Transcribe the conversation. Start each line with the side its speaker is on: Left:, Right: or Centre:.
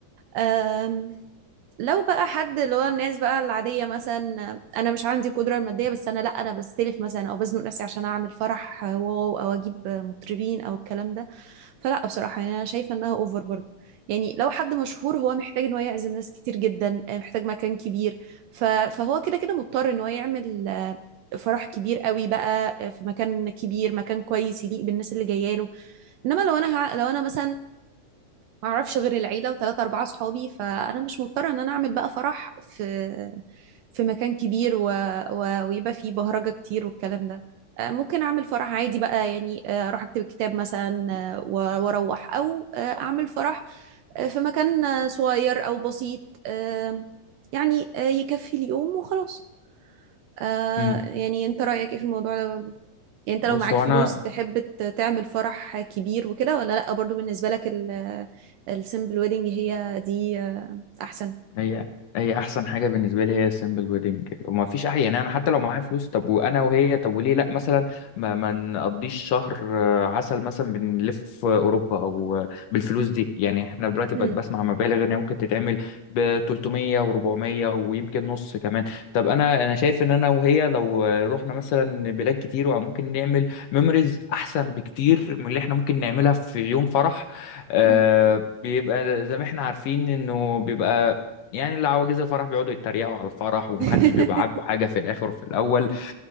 Right: آم، لو بقى حد اللي هو الناس بقى العادية مثلا أنا مش عندي القدرة المادية بس أنا لأ أنا بستلف مثلا أو بزنق نفسي عشان أعمل فرح واو أو أجيب مطربين أو الكلام ده فلأ بصراحة يعني أنا شايفة إنها أوفر برضه يعني لو حد مشهور هو محتاج إن هو يعزم ناس كتير جدا محتاج مكان كبير ف... فهو كده كده مضطر إن هو يعمل فرح كبير قوي بقى آه، في مكان كبير مكان كويس يليق بالناس اللي جايه له انما لو انا ه... لو انا مثلا ما اعرفش غير العيله وثلاثه اربعه صحابي فانا مش مضطره ان انا اعمل بقى فرح في في مكان كبير و... و... ويبقى فيه بهرجه كتير والكلام ده آه، ممكن اعمل فرح عادي بقى يعني آه، اروح اكتب كتاب مثلا آه، و- واروح او آه، اعمل فرح آه، في مكان آه، صغير او بسيط آه، يعني آه، يكفي اليوم وخلاص آه
Left: مم.
Right: يعني انت رأيك ايه في الموضوع ده برضو يعني انت لو
Left: بص
Right: معاك
Left: هو
Right: فلوس
Left: انا
Right: تحب ت- تعمل فرح كبير وكده ولا لأ برضو بالنسبة لك ال السيمبل ويدنج هي دي آه، احسن
Left: هي هي احسن حاجه بالنسبه لي هي السيمبل ويدنج وما فيش احيانا يعني انا حتى لو معايا فلوس طب وانا وهي طب وليه لا مثلا ما, ما نقضيش شهر آه، عسل مثلا بنلف اوروبا او آه، بالفلوس دي يعني احنا دلوقتي
Right: هم
Left: بقت بسمع مبالغ ان هي ممكن تتعمل ب 300 و400 ويمكن نص كمان طب انا انا شايف ان انا وهي لو آه، رحنا مثلا بلاد كتير وممكن نعمل ميموريز احسن بكتير من اللي احنا ممكن نعملها في يوم فرح آه،
Right: هم
Left: بيبقى زي ما احنا عارفين انه بيبقى يعني اللي عواجيز الفرح بيقعدوا يتريقوا على الفرح ومحدش
Right: <laughs>
Left: بيبقى عاجبه حاجه في الاخر وفي الاول